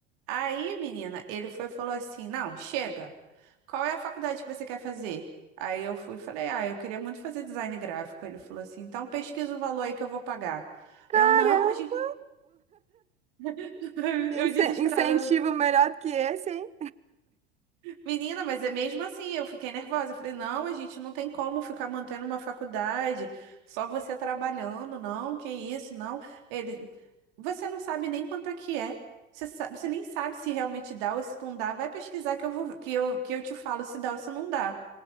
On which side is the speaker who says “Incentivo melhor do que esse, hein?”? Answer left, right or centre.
Right